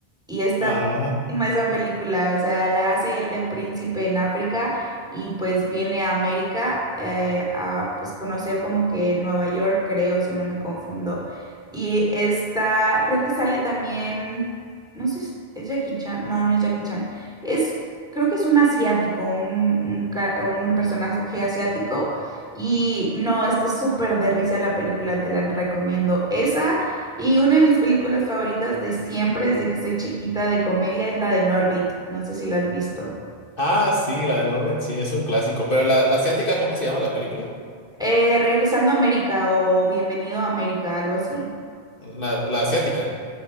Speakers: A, in the centre; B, on the left (about 60°).
A: y está
B: Ajá.
A: buenísima esa película, o sea, la hace él de príncipe en África y pues viene a América eh, a pues conocer como que Nueva York, creo, si no me confundo. Y está, creo que sale también, no sé, si- ¿es Jackie Chan? No, no es Jackie Chan. Es creo que es un asiático, un, un, ca- un personaje asiático. Y no, está súper de risa la película, te la recomiendo. Esa y una de mis películas favoritas de siempre, desde que soy chiquita de comedia, es la de Norbit. No sé si la has visto.
B: Ah, sí, la de Norbert, sí, es un clásico. Pero la, la asiática, ¿cómo se llama la película?
A: Eh, Regresando a América o Bienvenido a América, algo así.
B: La, la asiática.